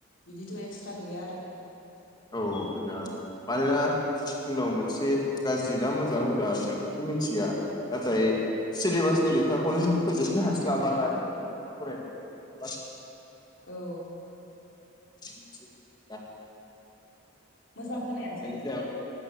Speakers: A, on the left (about 70°); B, on the left (about 20°).
A: बिदिथ' एक्सट्रा गैया आरो
B: औ मोजाङानो मानोना जोंनाव मोनसे गाज्रि ना मोजां हुदा होनगोन बेखौ मिथिया नाथाय सिलेबासनि लेखाखौनो जों फोजोबनो हास्लाबा आरो गुबुन लेखा फरायनो बास
A: औ
B: <unintelligible>
A: मोजां
B: बेनो
A: खोनायासै
B: जाया